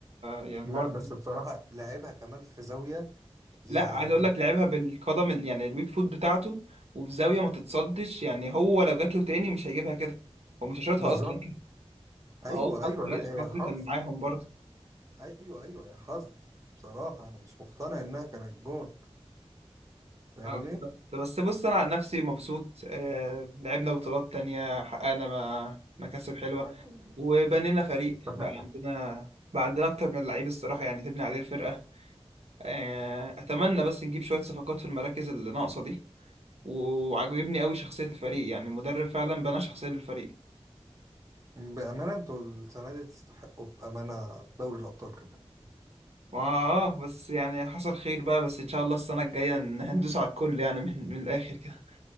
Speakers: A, on the right; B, on the right.
A: يعني الحوار
B: لا
A: ده-
B: بس بصراحة لعبها كمان في زاوية يعني
A: لا عايز اقول لك لعبها بالقدم ال- يعني الويك فوت بتاعته وفي زاوية ما تتصدش يعني هو لو جات له تاني مش هيجيبها كده هو مش هيشوطها
B: بالظبط
A: اصلا
B: ايوه
A: فهو الحظ
B: ايوه
A: الحظ
B: لا هي حظ
A: كان معاهم برضه
B: ايوه ايوه هي حظ بصراحه انا مش مقتنع انها كانت جون فاهمني
A: اه بالظبط بس بص انا عن نفسي مبسوط آه لعبنا بطولات تانية حققنا ما- مكاسب حلوة
B: لا.
A: وبنينا فريق
B: <laughs>
A: بقى عندنا بقى عندنا اكتر من لعيب الصراحة يعني تبني عليه الفرقة آه اتمنى بس نجيب شوية صفقات في المراكز اللي ناقصة دي وعجبني قوي شخصية الفريق يعني المدرب فعلا بنى شخصية للفريق
B: بامانه انتوا السنه دي تستحقوا بامانه دوري الابطال كمان
A: ما اه بس يعني حصل خير بقى بس ان شاء الله السنة الجاية ندوس على الكل يعني من, من الاخر كده